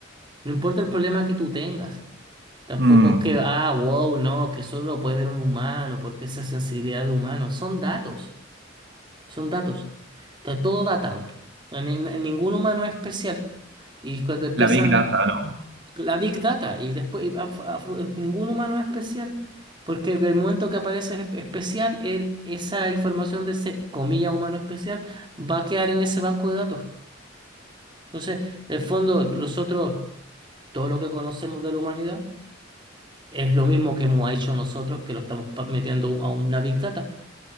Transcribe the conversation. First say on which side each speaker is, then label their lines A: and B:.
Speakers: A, on the right; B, on the right.
A: No importa el problema que tú tengas. Tampoco
B: Mm,
A: es que, ah, wow, no, que solo lo puede ver un humano, porque esa sensibilidad de humano. Son datos. Son datos. Está todo datado. Ni- ni- ningún humano es especial. Y cuando empiezan
B: la Big Data, ¿no?
A: la Big Data, y después y a- a- ningún humano es especial. Porque el momento que aparece espe- especial, el- esa información de ese, comilla, humano especial, va a quedar en ese banco de datos. Entonces, en el fondo, nosotros, todo lo que conocemos de la humanidad, es lo mismo que hemos hecho nosotros, que lo estamos pa- metiendo a una Big Data.